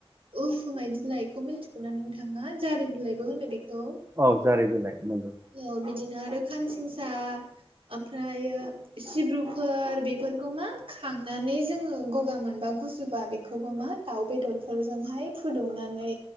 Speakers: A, on the right (about 65°); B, on the right (about 30°).
A: उसुमाय बिलाइखौ मिन्थिगौ ना नोंथाङा जारि बिलाइबो होनो बेखौ
B: औ जारिनोलाय नोंगौ
A: औ बिदिनो आरो खानसिंसा ओमफ्रायो सिब्रुफोर बेफोरखौ मा खांनानै जोङो गगा मोनबा गुजुबा बेखौबो मा दाउ बेदरफोरजोंहाय फुदुंनानै